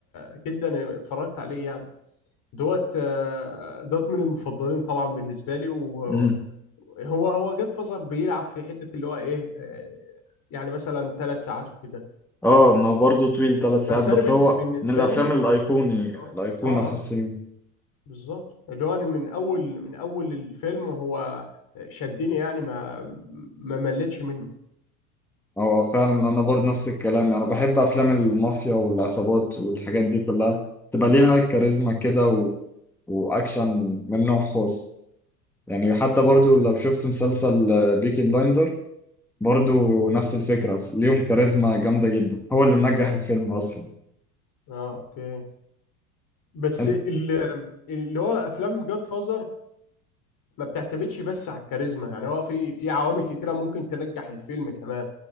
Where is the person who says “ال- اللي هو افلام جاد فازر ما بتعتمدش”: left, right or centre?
Left